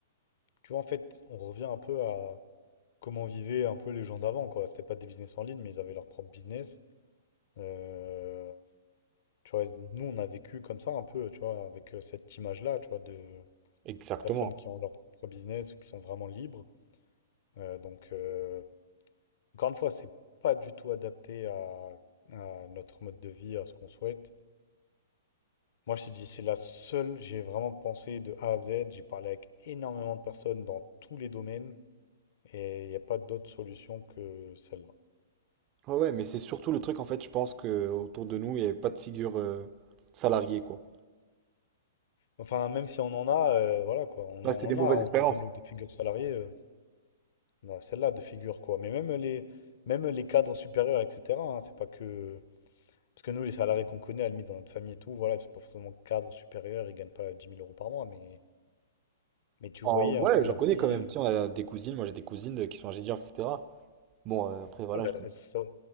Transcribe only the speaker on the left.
tu vois, en fait, on revient un peu à comment vivaient un peu les gens d'avant, quoi. C'était pas des business en ligne, mais ils avaient leur propre business. Euh, tu vois, nous, on a vécu comme ça un peu, tu vois, avec euh, cette image-là, tu vois, de
personnes qui ont leur propre business, qui sont vraiment libres. Euh, donc, euh, Encore une fois, c'est pas du tout adapté à, à notre mode de vie, à ce qu'on souhaite. Moi, je t'ai dit, c'est la seule, j'ai vraiment pensé de A à Z, j'ai parlé avec énormément de personnes dans tous les domaines, et il n'y a pas d'autre solution que celle-là.
Enfin, même si on en a, euh, voilà quoi, on
en
en
a hein,
autour de nous, des figures salariées, euh, on a celle-là de figure quoi. Mais même les, même les cadres supérieurs, etc., hein, c'est pas que. Parce que nous, les salariés qu'on connaît, à la limite, dans notre famille et tout, voilà, ils sont pas forcément cadres supérieurs, ils gagnent pas dix mille euros par mois, mais. Mais tu
voyais
un peu leur
vie.
Non, bah,
ça-